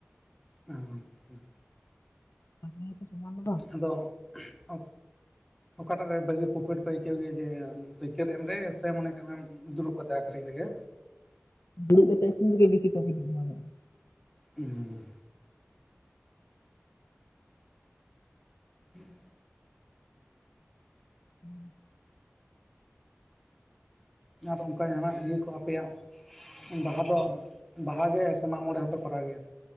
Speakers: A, in the centre; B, on the left.
A: ᱦᱩᱸ-ᱦᱩᱸ
B: ᱛᱟᱸᱦᱮ ᱥᱚᱢᱟᱱ ᱫᱚ ᱼᱼ
A: ᱟᱫᱚ ᱩᱸ ᱚᱠᱟᱴᱟᱜ ᱨᱮ ᱵᱷᱟᱹᱜᱤ ᱯᱨᱚᱯᱷᱤᱴ ᱯᱮ ᱟᱹᱭᱠᱟᱹᱣ ᱜᱮᱭᱟ ᱡᱮ ᱯᱟᱹᱭᱠᱟᱹᱨ ᱮᱢ ᱨᱮ ᱥᱮ ᱢᱚᱱᱮ ᱠᱟᱜ ᱢᱮᱼᱼ ᱫᱩᱲᱩᱵ ᱠᱟᱛᱮᱜ ᱟᱠᱷᱨᱤᱧ ᱨᱮᱜᱮᱼᱼ
B: ᱫᱩᱲᱩᱵ ᱠᱟᱛᱮᱜ ᱟᱠᱷᱨᱤᱧ ᱨᱮᱜᱮ ᱵᱮᱥᱤ ᱯᱨᱚᱯᱷᱴ ᱢᱮᱱᱟᱜᱼᱟ ᱦᱩᱸ
A: ᱩᱸ ᱤᱱ ᱼ ᱤᱱᱴᱮᱞᱤᱡᱤᱵᱮᱞ
B: ᱟᱱᱼᱚᱰᱤᱵᱮᱞ
A: ᱱᱚᱣᱟ ᱫᱚ ᱚᱝᱠᱟ ᱜᱮ ᱦᱟᱱᱟ ᱤᱭᱟᱹ ᱠᱚ ᱟᱯᱮᱭᱟᱜᱼᱼ ᱵᱟᱦᱟ ᱫᱚ ᱵᱟᱦᱟ ᱜᱮ ᱥᱮ ᱢᱟᱜ ᱢᱚᱸᱬᱮ ᱦᱚᱸᱯᱮ ᱠᱚᱨᱟᱣ ᱜᱮᱭᱟ?